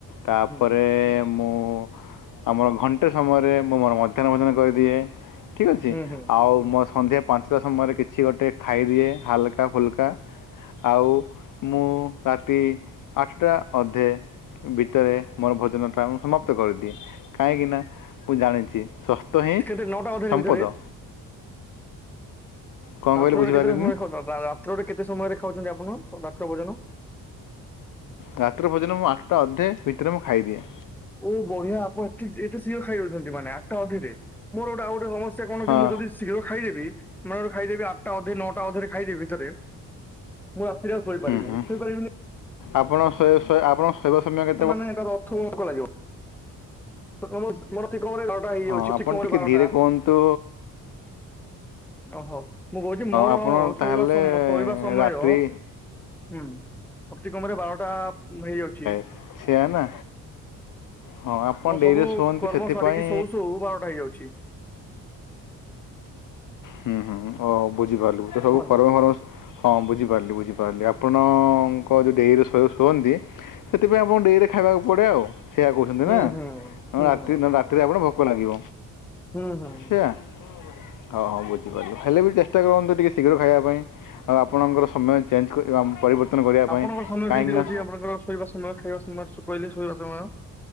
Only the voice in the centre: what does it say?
ହୁଁ
ହୁଁ ହୁଁ
କେତେ ନଅଟା ଅଧରେ
ଭିତରେ
ରାତ୍ରରେ
କେତେ ସମୟ ରେ ରାତ୍ରରେ କେତେ ସମୟରେ ଖାଉଛନ୍ତି ଆପଣ ରାତ୍ର ଭୋଜନ?
ଓ ବଢିଆ ଆପଣ ଏଠ ଏତେ ସିଏ ଖାଇ ରଉଛନ୍ତି ମାନେ ଆଠଟା ଅଧରେ ମୋର ଗୋଟେ ଆଉ ଗୋଟେ ସମସ୍ୟା କଣ
କି ମୁଁ ଯଦି ଶୀଘ୍ର ଖାଇଦେବି ମ ଖାଇଦେବି ଆଠଟା ଅଧ ନଅଟା ଅଧ ଖାଇଦବି ଭିତରେ ମୁଁ ରାତିରେ ଆଉ ଶୋଇପାରିବିନି
ଶୋଇପାରିବିନି
ମାନେ ଏ ତାର ଅଥ ଭୋକ ଲାଗିବ। ମୋର ଅ-ଅତିିକମରେ ନଅଟା ହେଇଯାଉଛି,
ଅତି
କମ୍
ରେ ବାରଟା
ଓହୋ। ମୁଁ କହୁଛି ମୋର
ଶୋଇବା ସମୟ ଶୋଇବା ସମୟ
ହୁଁ ଅପ୍ତିକମରେ ବାରଟା ହେଇ ଅଛି
ମୋ
ସବୁ
କର୍ମ
ସାରିକି ଶୋଉ ଶୋଉ ବାରଟା ହେଇଯାଉଛି
କୁହନ୍ତୁ
ହୁଁ
ହୁଁ
ହୁଁ।
ହୁଁ ହୁଁଁ।
ଆପଣଙ୍କର
ସମୟ
କେମିତି ରହୁଛି ଆପଣଙ୍କର ଶୋଇବା ସମୟ ଖାଇବା ସମୟ କହିଲେ ଶୋଇବା ସମୟ?